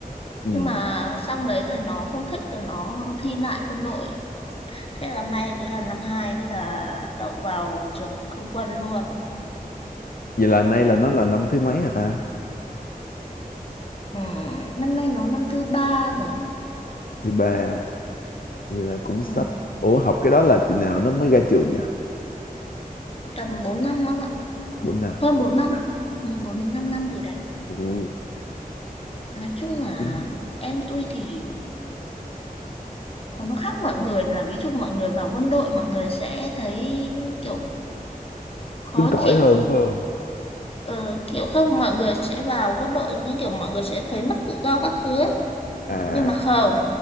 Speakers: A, on the left; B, on the left.
A: ừ.
B: nhưng mà xong đấy rồi nó không thích rồi nó thi lại quân đội thế là may thế là năm hai thế là đậu vào trường không quân luôn
A: vậy là nay là nó là năm thứ mấy hả ta
B: ừ, năm nay nó năm thứ ba rồi
A: thứ ba vậy là cũng sắp
B: ừ,
A: ủa học cái đó là chừng nào nó mới ra trường nhỉ
B: tầm 4 năm không ạ
A: bốn năm
B: hơn bốn năm ừ, 4 đến 5 năm gì đấy
A: Ồ,
B: nói chung là
A: cũng
B: em tôi thì nó khác mọi người là ví dụ mọi người vào quân đội mọi người sẽ thấy kiểu khó
A: cứng cỏi
B: chịu
A: hơn phải không
B: ờ, kiểu không mọi người sẽ vào quân đội như kiểu mọi người sẽ thấy mất tự do các thứ ấy
A: à
B: nhưng mà không